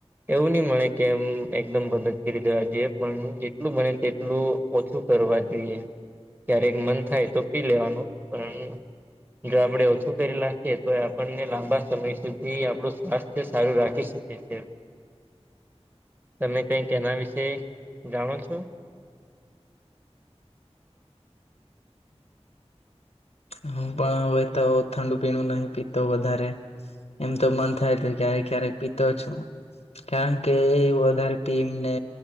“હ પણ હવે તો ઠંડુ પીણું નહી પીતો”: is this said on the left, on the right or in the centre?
Left